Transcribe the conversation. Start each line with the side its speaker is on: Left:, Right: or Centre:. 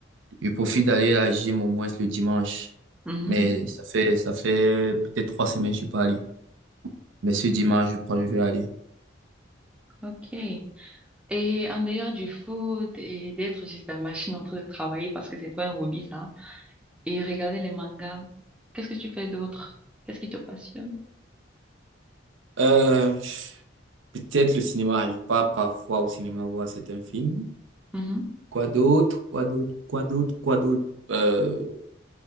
Right: je profite d'aller à la gym au moins le dimanche.
Centre: Mhm.
Right: Mais ça fait, ça fait peut-être trois semaines que je suis pas allé. Mais ce dimanche, je crois que je vais aller.
Centre: OK. Et en dehors du foot et d'être juste la machine en train de travailler parce que c'est pas un hobby ça. Et regarder les mangas. Qu'est-ce que tu fais d'autre? Qu'est-ce qui te passionne?
Right: Euh, peut-être le cinéma, je pars parfois au cinéma voir certains films.
Centre: Mhm.
Right: Quoi d'autre? Quoi d'autre? Quoi d'autre? Quoi d'autre? Euh,